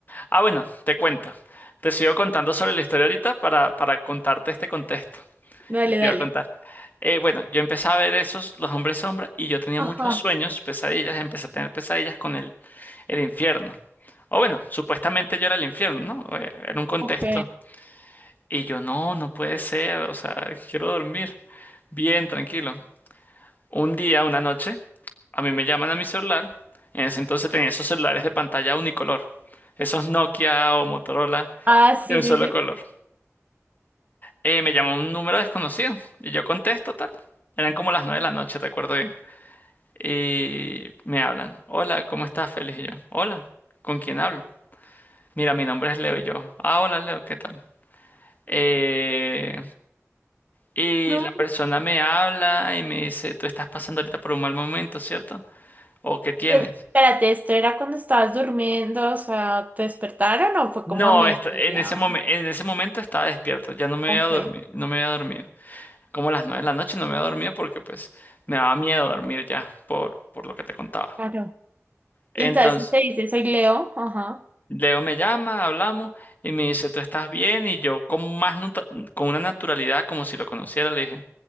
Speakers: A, on the left; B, on the right.
A: Ah, bueno, te cuento. Te sigo contando sobre la historia ahorita para, para contarte este contexto
B: Dale,
A: que te
B: dale.
A: iba a contar. Eh, bueno, yo empecé a ver esos, los hombres sombra, y yo tenía
B: Ajá,
A: muchos sueños, pesadillas, empecé a tener pesadillas con el, el infierno. O bueno, supuestamente yo era el infierno, ¿no? Eh, Era un contexto.
B: ok.
A: Y yo, no, no puede ser, o sea, quiero dormir bien, tranquilo. Un día, una noche, a mí me llaman a mi celular. En ese entonces tenía esos celulares de pantalla unicolor, esos Nokia o Motorola
B: Ah, sí,
A: de un
B: sí,
A: solo
B: sí.
A: color. Eh, me llama un número desconocido y yo contesto tal. Eran como las nueve de la noche, recuerdo bien. Y me hablan. Hola, ¿cómo estás, Félix? Y yo, hola, ¿con quién hablo? Mira, mi nombre es Leo y yo. Ah, hola, Leo, ¿qué tal? Eh, y
B: No,
A: la persona me habla y me dice, tú estás pasando ahorita por un mal momento, ¿cierto? ¿O qué tienes?
B: pero espérate, ¿esto era cuando estabas durmiendo? O sea, ¿te despertaron o fue
A: No,
B: como a mediodía?
A: esta- en ese momen- en ese momento estaba despierto, ya no me
B: Ok,
A: había dormido, no me había dormido. Como a las nueve de la noche no me había dormido porque pues me daba miedo dormir ya por, por lo que te contaba.
B: claro.
A: Entonces,
B: Y entonces usted dice, soy Leo. Ajá.
A: Leo me llama, hablamos y me dice, ¿tú estás bien? Y yo con más nota- con una naturalidad como si lo conociera le dije,